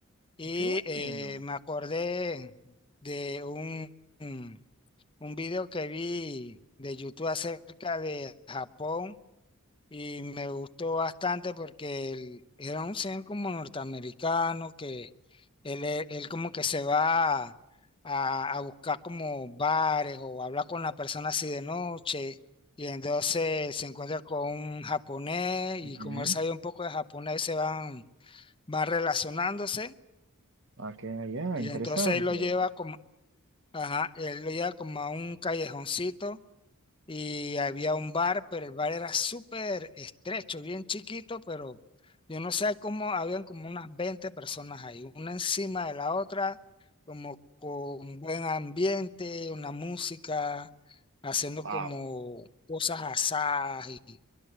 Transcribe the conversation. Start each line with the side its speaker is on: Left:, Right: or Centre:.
Left: y
Right: Ah, Qué bueno.
Left: eh, me acordé de un, un un video que vi de YouTube acerca de Japón y me gustó bastante porque él era un señor como norteamericano que él, e- él como que se va a, a buscar como bares o habla con la persona así de noche y entonces se encuentra con un japonés
Right: Ujú.
Left: y como él sabía un poco de japonés se van, van relacionándose
Right: Ah, qué allá,
Left: y
Right: interesante.
Left: entonces él lo lleva como, ajá, él lo lleva como a un callejoncito y había un bar, pero el bar era súper estrecho, bien chiquito, pero yo no sé cómo, habían como unas 20 personas ahí, una encima de la otra, como con buen ambiente, una música, haciendo
Right: Wow.
Left: como cosas asadas y,